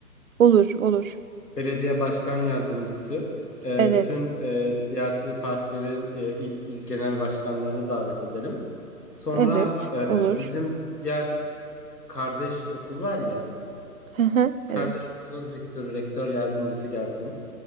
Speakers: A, on the right; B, on the left.
A: olur, olur.
B: belediye başkan yardımcısı e,
A: Evet.
B: bütün e, siyasi partilerin e, il, il genel başkanlarını davet edelim. Sonra
A: Evet,
B: e,
A: olur.
B: bizim diğer kardeş okul var ya,
A: <laughs> Hı hı,
B: kardeş
A: Evet.
B: okulun rektörü, rektör yardımcısı gelsin.